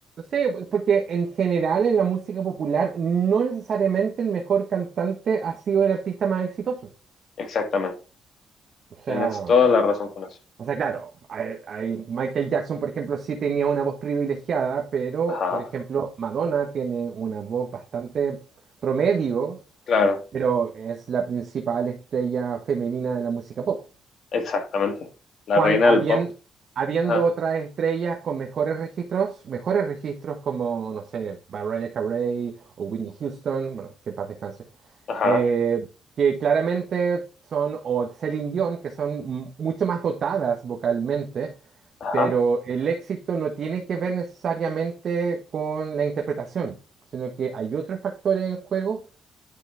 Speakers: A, on the right; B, on the left.
A: sí porque en general en la música popular no necesariamente el mejor cantante ha sido el artista más exitoso.
B: Exactamente.
A: O sea...
B: Tienes toda la razón con eso.
A: O sea, claro, hay- hay- Michael Jackson, por ejemplo, sí tenía una voz privilegiada, pero,
B: Ajá,
A: por ejemplo, Madonna tiene una voz bastante promedio,
B: claro,
A: pero es la principal estrella femenina de la música pop.
B: exactamente. La
A: Cuan-
B: reina
A: habien-
B: del pop.
A: habiendo
B: Ajá,
A: otras estrellas con mejores registros, mejores registros como, no sé, Mariah Carey o Whitney Houston, bueno, que en paz descanse
B: ajá,
A: eh, que claramente son, o Celine Dion, que son m- mucho más dotadas vocalmente,
B: ajá.
A: pero el éxito no tiene que ver necesariamente con la interpretación, sino que hay otros factores en juego.